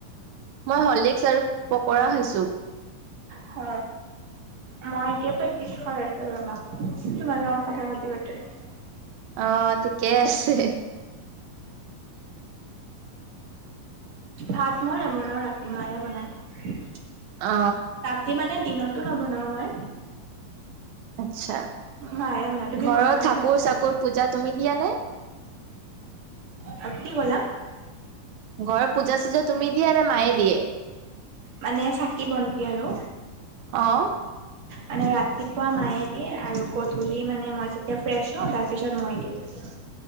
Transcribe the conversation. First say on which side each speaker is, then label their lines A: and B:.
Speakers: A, on the right; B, on the right.
A: মই হৰ্লিকচ আৰু পকৰা খাইছো।
B: হ। মই এতিয়া প্ৰেক্টিচ কৰি আছো ৰবা! তোমাৰ লগত কথা পাতি পাতিল।
A: অ ঠিকেই আছে।
B: ভাত মই নবনাওঁ ৰাতি মায়ে বনায়।
A: অ।
B: তি মানে দিনতো নবনাওঁ মই।
A: আচ্ছা।
B: মাই বনাই। তুমি
A: ঘৰৰ
B: বনোৱা নে
A: ঠাকুৰ
B: ভাত - চাত?
A: চাকুৰ পূজা তুমি দিয়া নে?
B: আৰু কি ক'লা?
A: ঘৰৰ পূজা চূজা তুমি দিয়া নে মায়ে দিয়ে?
B: মানে চাকি বন্তি আৰু।
A: অ।
B: মানে ৰাতিপুৱা মায়ে দিয়ে আৰু গধূলি মানে মই যেতিয়া ফ্ৰেছ হওঁ তাৰপিছত মই দিওঁ।